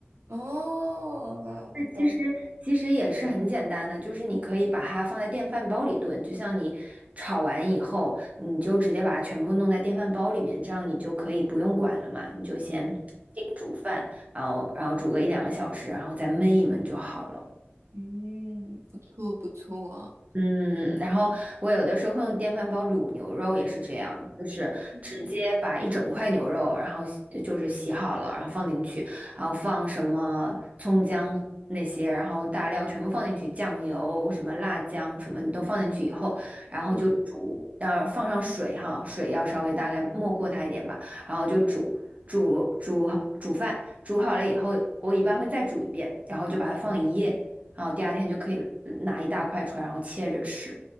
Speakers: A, on the right; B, on the right.
A: 哦，
B: 那其实其实也是很简单的，
A: 我懂了。
B: 就是你可以把它放在电饭煲里炖，就像你炒完以后，你就直接把它全部弄在电饭煲里面，这样你就可以不用管了嘛，你就先叮煮饭，然后然后煮个一两个小时，然后再焖一焖就好了。
A: 嗯，不错不错。
B: 嗯，然后我有的时候会用电饭煲卤牛肉，也是这样，就是直接把一整块牛肉，
A: 嗯
B: 然后洗就是洗好了，然后放进去，然后放什么葱姜那些，然后大料全部放进去，酱油、什么辣酱什么你都放进去以后，然后就煮，
A: 嗯，
B: 呃，放上水哈，水要稍微大概没过它一点吧，然后就煮。煮煮煮饭，煮好了以后，我一般会再煮一遍，然后就把它放一夜，然后第二天就可以拿一大块出来，然后切着吃。